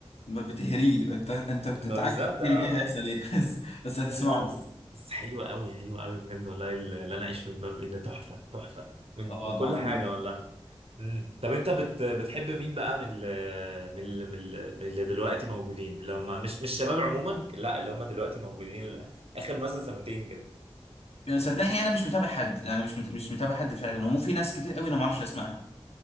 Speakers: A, on the left; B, on the right.
A: ما بتهريه انت انت انت
B: ما
A: عارف
B: بالظبط
A: ايه
B: اه آه،
A: اللي جاي
B: آه.
A: هيحصل ايه <laughs> بس بس هتسمعه
B: لا لا بس بس حلوة قوي حلوة قوي بجد والله اللي انا اعيش في جلباب ابي ده تحفة تحفة من
A: اه
B: من كل
A: ده عظيم
B: حاجة والله مم. طب انت بت بتحب مين بقى من ال من ال من ال- من اللي دلوقتي موجودين اللي هم مش مش شباب عموما لا اللي هم دلوقتي موجودين ال- اخر مثلا سنتين كده
A: صدقني انا مش متابع حد انا مش مت... مش متابع حد فعلا ومو في ناس كتير قوي انا ما اعرفش اسمائها